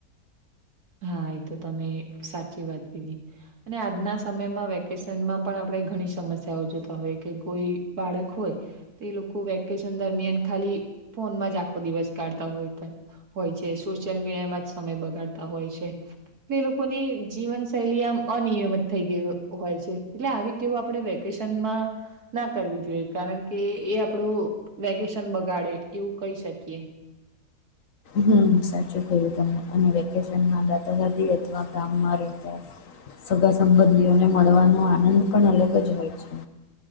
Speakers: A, on the right (about 75°); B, on the left (about 60°).
A: હા એ તો તમે સાચી વાત કિધી. અને આજના સમયમાં વેકેશનમાં પણ આપણે ઘણી સમસ્યાઓ જોતા હોય કે કોઈ બાળક હોય તે લોકો વેકેશન દરમિયાન ખાલી ફોનમાં જ આખો દિવસ કાઢતા હોય ત. હોય છે સોશિયલ મીડિયામાં જ સમય બગાડતા હોય છે. એટલે એ લોકોની જીવનશૈલી આમ અનિયમિત થઈ ગઇ હોય છે એટલે આવી તેવું આપણે વેકેશનમાં ના કરવી જોઈએ કારણ કે એ આપડો વેકેશન બગાડે એવું કહી શકીએ.
B: હમ સાચું કયું તમે અને વેકેશનમાં દાદા દાદી અથવા ગામમાં રેતા સગા સંબંધીઓને મળવાનો આનંદ પણ અલગ જ હોય છે.